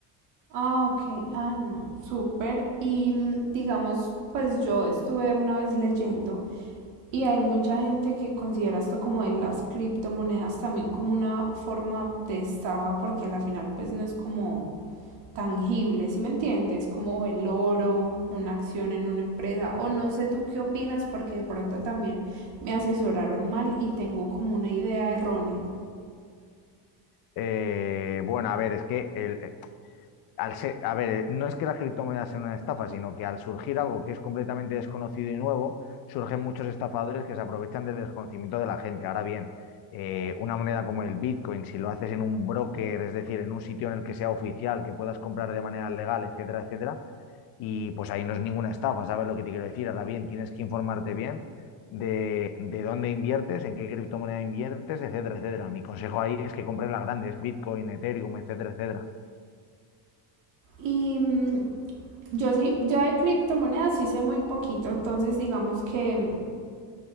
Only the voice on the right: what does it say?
Ah, ok. Ah, no. Súper. Y mm, digamos, pues yo estuve una vez leyendo y hay mucha gente que considera esto como de las criptomonedas también como una forma de estafa porque al final pues no es como tangible, ¿sí me entiendes? Como el oro, una acción en una empresa o no sé tú qué opinas porque de pronto también me asesoraron mal y tengo como una idea errónea.
Y mm, yo sí, yo de criptomonedas sí sé muy poquito, entonces digamos que